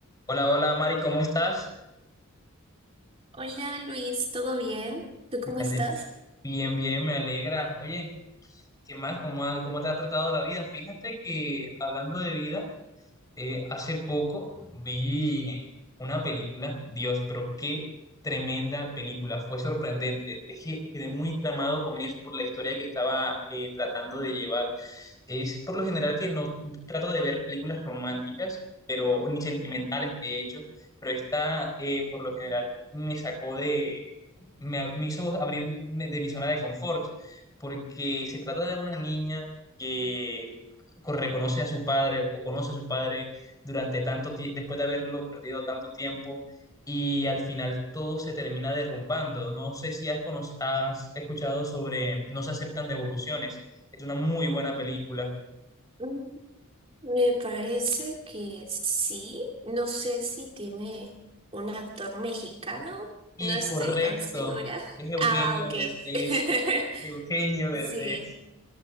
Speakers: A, on the left; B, on the right.
A: Hola, hola Mari, ¿cómo estás?
B: Hola Luis, ¿todo bien? ¿Tú cómo
A: Me ale-
B: estás?
A: Bien, bien, me alegra. Oye, ¿qué más? ¿Cómo, ha- cómo te ha tratado la vida? Fíjate que hablando de vida, Eh, hace poco vi una película, Dios, pero qué tremenda película, fue sorprendente. Es que quedé muy tramado con eso por la historia que estaba eh, tratando de llevar. Es por lo general que no trato de ver películas románticas, pero ni sentimentales, de hecho, pero esta eh, por lo general me sacó de, me, me hizo abrirme de mi zona de confort, porque se trata de una niña que co- reconoce a su padre o conoce a su padre durante tanto tiempo, después de haberlo perdido tanto tiempo, y al final todo se termina derrumbando. No sé si has, cono- has escuchado sobre No se aceptan devoluciones. Es una muy buena película.
B: Mm, Me parece que sí. No sé si tiene un actor mexicano.
A: Y
B: No estoy
A: correcto,
B: tan segura.
A: es Eugenio
B: Ah, ok.
A: Derbez.
B: <laughs>
A: Eugenio Derbez.
B: Sí,